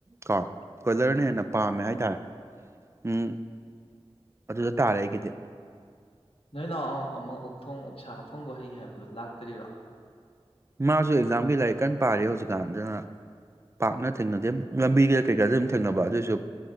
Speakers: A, on the right (about 25°); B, on the left (about 65°).
A: ꯀꯣ ꯀꯣꯏꯂꯔꯅ ꯍꯦꯟꯅ ꯄꯥꯝꯃꯦ ꯍꯥꯏꯇꯥꯔꯦ ꯎꯝ ꯑꯗꯨꯗ ꯇꯥꯔꯦ ꯑꯩꯒꯤꯗꯤ
B: ꯅꯣꯏ ꯅꯅꯥꯎ ꯑꯃꯨꯛ ꯑꯣꯛ ꯊꯣꯡ ꯑꯣꯛꯁꯥ ꯊꯣꯡꯕ ꯍꯩ ꯍꯥꯏꯕꯗꯨ ꯂꯥꯛꯇꯔꯤꯔꯣ
A: ꯃꯥꯁꯨ ꯑꯦꯛꯖꯥꯝꯒꯤ ꯂꯥꯏꯔꯤꯛ ꯀꯟꯅ ꯄꯥꯔꯤ ꯍꯧꯖꯤꯛꯀꯥꯟꯗꯨꯅ ꯄꯥꯛꯅ ꯊꯦꯡꯅꯗꯦ ꯂꯝꯕꯤꯒ ꯀꯔꯤꯀꯥꯗ ꯑꯗꯨꯝ ꯊꯦꯡꯅꯕ ꯑꯗꯨꯑꯣꯏꯁꯨ